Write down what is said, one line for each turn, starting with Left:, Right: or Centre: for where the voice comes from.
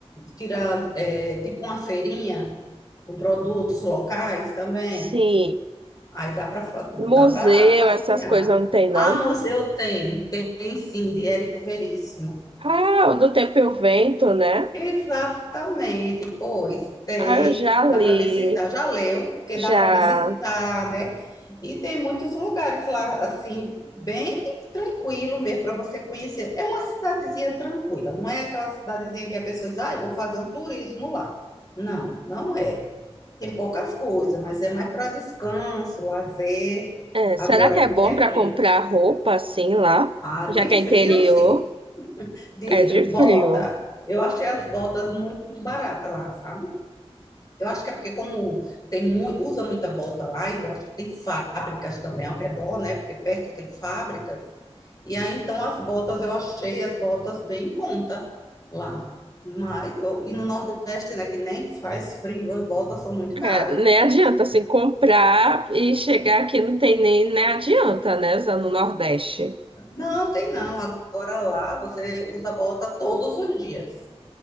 Left: tirar é, tipo uma feirinha com produtos locais também.
Right: Sim,
Left: Aí dá para
Right: museu,
Left: dá para passear.
Right: essas coisas não tem,
Left: Ah,
Right: não.
Left: museu tem, tem sim, de Érico Veríssimo.
Right: Ah, o do Tempo e o Vento, né?
Left: Exatamente, pois tem,
Right: Ah, eu já
Left: dá
Right: li,
Left: para visitar. Já leu, porque
Right: já.
Left: dá para visitar, né? E tem muitos lugares lá, assim, bem tranquilo mesmo para você conhecer. É uma cidadezinha tranquila, não é aquela cidadezinha que a pessoa diz, ah, eu vou fazer um turismo lá. Não, não é. Tem poucas coisas, mas é mais para descanso, lazer.
Right: É,
Left: Agora,
Right: será que é bom
Left: é
Right: para
Left: frio.
Right: comprar roupa assim lá?
Left: Ah,
Right: Já
Left: de
Right: que
Left: frio,
Right: é interior,
Left: sim. De
Right: é de
Left: frio,
Right: frio.
Left: bota. Eu achei as botas muito baratas lá, sabe? Eu acho que é porque como tem muito, usa muita bota lá, e eu acho que tem fábricas também ao redor, né? Porque perto tem fábricas. E aí, então, as botas, eu achei as botas bem em conta lá. Mas, eu- e no Nordeste, né, que nem faz frio, as botas são muito
Right: É,
Left: caras.
Right: nem adianta assim comprar e chegar aqui não tem nem, nem adianta, né? Usando o Nordeste.
Left: Não, tem não. Agora lá você usa bota todos os dias.